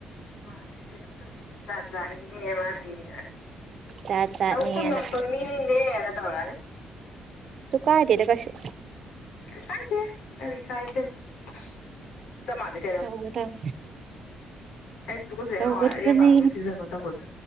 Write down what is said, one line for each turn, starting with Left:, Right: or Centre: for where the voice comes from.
Left: ꯃꯥꯅꯦ ꯀꯩꯅꯦꯝ ꯇꯧꯏꯅꯦꯁꯤꯗꯤ ꯖꯥꯠ ꯖꯥꯠ ꯅꯤꯅꯦ ꯃꯥꯗꯤ ꯑꯅ
Right: ꯖꯥꯠ ꯖꯥꯠꯅꯦꯅ
Left: ꯇꯧꯄ ꯉꯝꯄꯒ ꯃꯤꯅꯤꯅꯦꯅ ꯇꯧꯔꯥꯅꯤ
Right: ꯇꯨ ꯀꯥꯏꯗꯦꯗ ꯀꯩꯁꯨ
Left: ꯀꯥꯏꯗꯦ ꯑꯔꯤ ꯀꯥꯏꯗꯦ <unintelligible>
Right: ꯇꯧꯕꯗꯝ
Left: ꯑꯩ ꯇꯨꯀꯆꯩ
Right: ꯇꯧꯒꯗꯕꯅꯤ
Left: ꯉꯍꯥꯎꯋꯥꯏ ꯑꯩꯔ ꯑꯄꯥꯕꯒꯤ ꯄꯤꯖꯕ ꯇꯧꯕꯗꯨ